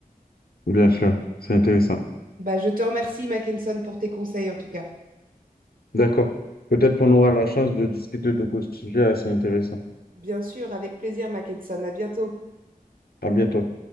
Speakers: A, on the left (about 85°); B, on the right (about 65°).
A: bien sûr. C'est intéressant.
B: Bah je te remercie, Mackenson, pour tes conseils en tout cas.
A: D'accord. Peut-être qu'on aura la chance de discuter de ce sujet assez intéressant.
B: Bien sûr, avec plaisir, Mackenson. À bientôt.
A: À bientôt.